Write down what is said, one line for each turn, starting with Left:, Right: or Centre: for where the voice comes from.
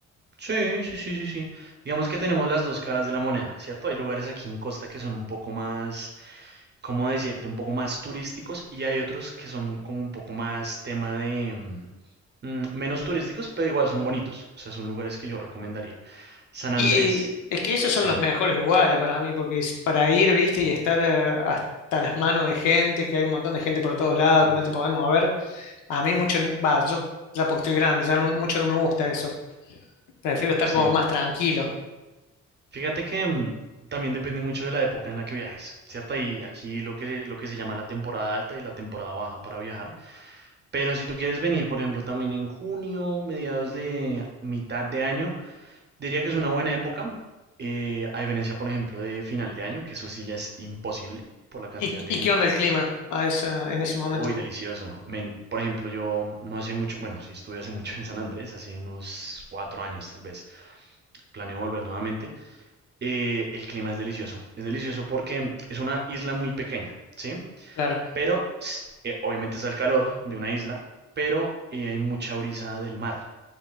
Right: Sí, sí, sí, sí, sí. Digamos que tenemos las dos caras de la moneda, ¿cierto? Hay lugares aquí en Costa que son un poco más, ¿cómo decirte? Un poco más turísticos y hay otros que son como un poco más tema de... mm, mm, menos turísticos, pero igual son bonitos. O sea, son lugares que yo recomendaría. San
Left: Y
Right: Andrés,
Left: es que esos
Right: sí.
Left: son los mejores lugares para mí, porque es para ir, viste, y estar eh, hasta las manos de gente, que hay un montón de gente por todos lados,
Right: Uf,
Left: que no te podemos ver. A mí mucho, va, yo ya porque estoy grande, ya no- mucho no me gusta eso. Prefiero estar
Right: sí.
Left: como más tranquilo.
Right: Fíjate que mm, también depende mucho de la época en la que viajes, ¿cierto? Y aquí lo que, lo que se llama la temporada alta y la temporada baja para viajar. Pero si tú quieres venir, por ejemplo, también en junio, mediados de mitad de año, diría que es una buena época, eh, a diferencia, por ejemplo, de final de año, que eso sí ya es imposible por la cantidad
Left: ¿Y,
Right: de
Left: y
Right: gente.
Left: qué onda el clima a esa, en ese momento?
Right: Uy, delicioso. Men, por ejemplo, yo no hace mucho, bueno, sí estuve hace mucho en San Andrés, hace unos cuatro años tal vez. Planeo volver nuevamente eh, el clima es delicioso. Es delicioso porque es una isla muy pequeña, ¿sí?
Left: Claro.
Right: Pero s- eh, obviamente está el calor de una isla, pero eh, hay mucha brisa del mar.